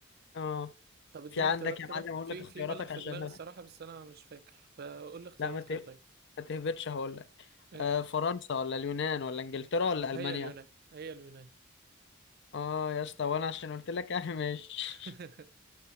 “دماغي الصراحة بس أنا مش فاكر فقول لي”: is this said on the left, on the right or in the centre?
Right